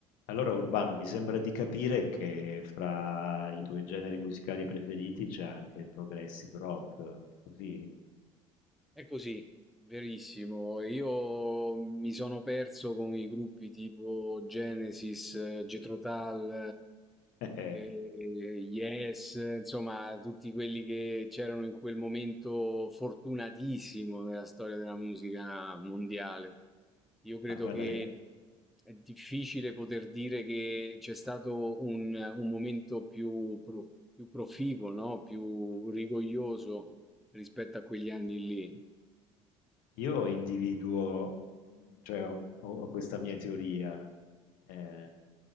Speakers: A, on the left (about 60°); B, in the centre.
A: Allora, Urbano, mi sembra di capire che fra i tuoi generi musicali preferiti c'è anche il progressive rock, è così?
B: È così, verissimo. Io mi sono perso con i gruppi tipo Genesis, eh, Jethro
A: <laughs>
B: Tull,
A: Eh,
B: eh, eh, Yes, insomma, tutti quelli che c'erano in quel momento fortunatissimo nella storia della musica mondiale. Io credo
A: Ma guarda,
B: che è difficile poter dire che c'è stato un, un momento più, pro- più proficuo, no? Più rigoglioso rispetto a quegli anni lì.
A: io individuo, cioè ho, ho- ho questa mia teoria. eh,